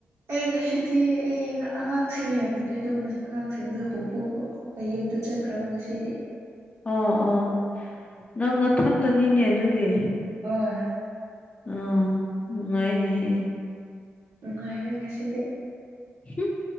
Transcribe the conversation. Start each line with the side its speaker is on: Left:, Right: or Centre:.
Right: ꯑꯩ ꯉꯁꯤꯗꯤ ꯑꯩ ꯑꯉꯥꯡꯁꯤꯡ ꯌꯦꯡꯕꯅꯦ ꯑꯗꯨꯗꯣ ꯉꯁꯤ ꯑꯉꯥꯡꯁꯤꯡꯗ ꯄꯣꯄꯨ ꯑꯩ ꯌꯨꯝꯗ ꯆꯠꯈ꯭ꯔꯕ ꯉꯁꯤꯗꯤ
Left: ꯑꯥ ꯑꯥ ꯅꯪ ꯅꯊꯣꯟꯗꯅꯤꯅꯦ ꯑꯗꯨꯗꯤ
Right: ꯍꯣꯏ
Left: ꯑꯥ ꯅꯨꯡꯉꯥꯏꯅꯦꯍꯦ
Right: ꯅꯨꯡꯉꯥꯏꯔꯦ ꯉꯁꯤꯗꯤ
Left: ꯍꯝ